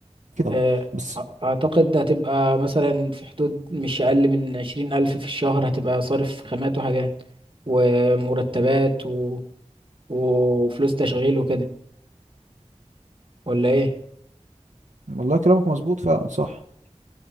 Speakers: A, on the right; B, on the right.
A: كده
B: آه،
A: طبعا بس
B: أ- اعتقد هتبقى مثلا في حدود مش اقل من عشرين الف في الشهر هتبقى صارف خامات وحاجات ومرتبات و... وفلوس تشغيل وكده ولا ايه
A: والله كلامك مظبوط فعلا صح